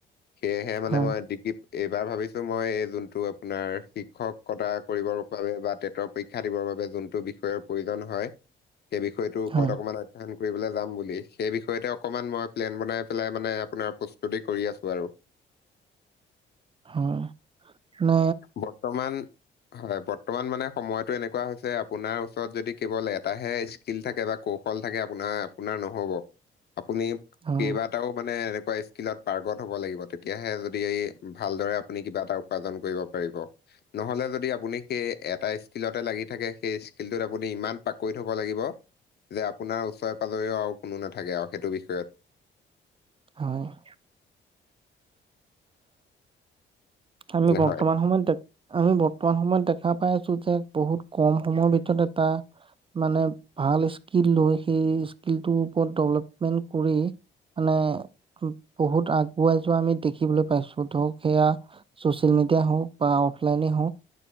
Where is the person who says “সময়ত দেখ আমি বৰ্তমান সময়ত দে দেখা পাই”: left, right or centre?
Right